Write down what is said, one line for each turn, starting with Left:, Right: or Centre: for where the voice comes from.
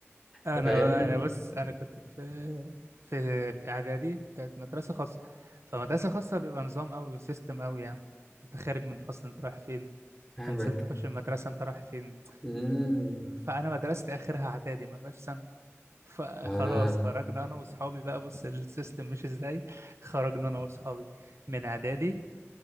Right: انا
Centre: فاهمني
Right: انا بس انا كنت في في اعدادي كانت مدرسه خاصه فمدرسه خاصه بيبقى نظام قوي وسيستم قوي يعني انت خارج من فصل انت رايح فين
Centre: فاهمك
Right: انت نزلت حوش المدرسه انت رايح فين
Centre: مم.
Right: فانا مدرستي اخرها اعدادي ما بقاش سنه فخلاص
Centre: آه
Right: خرجنا انا واصحابي بقى بص السيستم مش ازاي خرجنا انا واصحابي من اعدادي